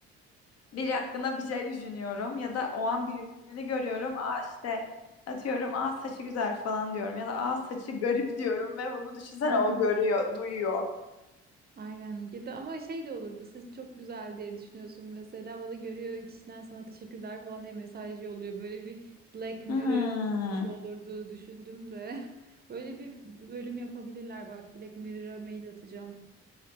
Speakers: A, on the left; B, on the right.
A: Biri hakkında bir şey düşünüyorum ya da o an birini görüyorum. Aa işte atıyorum aa saçı güzel falan diyorum ya da aa saçı garip diyorum ve bunu düşünsene
B: <laughs>
A: o görüyor, duyuyor.
B: Aynen. Ya da ama şey de olurdu. Saç çok güzel diye düşünüyorsun mesela. O da görüyor içinden sana teşekkürler falan diye mesaj yolluyor. Böyle bir Black Mirror
A: Hmm.
B: gibi olurdu düşündüm de. <laughs> Böyle bir bölüm yapabilirler. Bak Black Mirror'a mail atacağım.